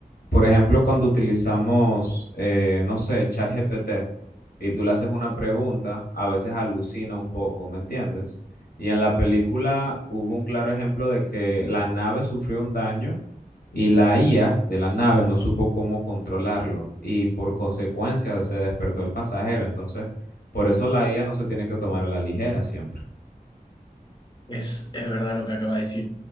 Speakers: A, on the left; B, on the left.
A: por ejemplo, cuando utilizamos, eh, no sé, ChatGPT. y tú le haces una pregunta, a veces alucina un poco, ¿me entiendes? Y en la película hubo un claro ejemplo de que la nave sufrió un daño y la IA de la nave no supo cómo controlarlo y por consecuencia se despertó el pasajero. Entonces, por eso la IA no se tiene que tomar a la ligera siempre.
B: Es, es verdad lo que acaba de decir.